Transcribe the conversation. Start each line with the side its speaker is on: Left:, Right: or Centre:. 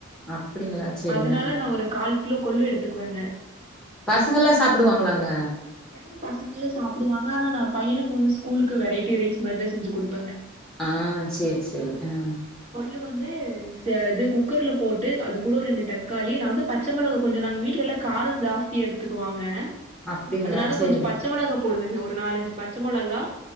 Centre: அப்படிங்களா? சரிங்க.
Right: அதனால நா ஒரு கால் கிலோ கொள்ளு எடுத்துக்வேங்க
Centre: பசங்கல்லா சாப்புடுவாங்களாங்க
Right: <inaudible> பசங்களு சாப்புடுவாங்க அனா நா பையனுக்கு வந்து ஸ்கூலுக்கு வெரைட்டி ரைஸ் மார்தா செஞ்சு குடுப்பங்க
Centre: அ சேர் சேரி ஆ
Right: கொள்ளு வந்து மிக்ச இது குக்கர்ல போட்டு அது கூட ரெண்டு தக்காளி நா வந்து ப ச்ச மொளகா கொஞ்சொ நாங்க வீட்ல்லா காரம் ஜாஸ்தியா எடுத்துக்குவாங்க
Centre: அப்படிங்களா?
Right: அதுனால
Centre: சரிங்க.
Right: கொஞ்சொ பச்ச மொளகா போடுவங்க ஒரு நாலஞ்சு பச்ச மொளகா